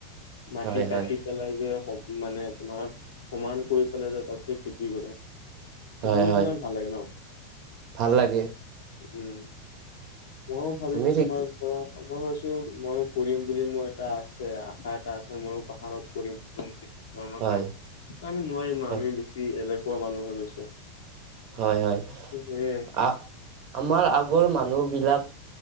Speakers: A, on the left (about 75°); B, on the right (about 50°).
A: মাটি
B: হয়
A: কাটি
B: হয়
A: পেলে যে স মানে তোমাৰ সমান কৰি পেলাই যে তাত যে খেতি কৰে। দেখিবলৈ
B: হয় হয়
A: কিমান ভাল লাগে ন
B: ভাল লাগে
A: উম। ময়ো ভাবিছো
B: তুমি ঠিক
A: তোমাৰ। মই ভাবিছো ময়ো কৰিম বুলি মোৰ এটা আছে আশা এটা আছে ময়ো পাহাৰত কৰিম। ঝুম ধৰণৰ
B: হয়
A: কাম আমি নোৱাৰিম ন
B: হয়
A: আমি বেছি এলেহুৱা মানুহ হৈ গৈছো।
B: হয় হয়
A: সেয়াই
B: আ আমাৰ আগৰ মানুহ বিলাক।